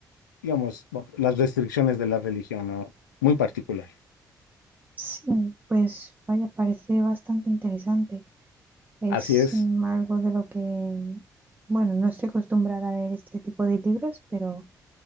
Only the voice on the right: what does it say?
Sí, pues vaya, parece bastante interesante. Es
mm, algo de lo que, mm, bueno, no estoy acostumbrada a leer este tipo de libros, pero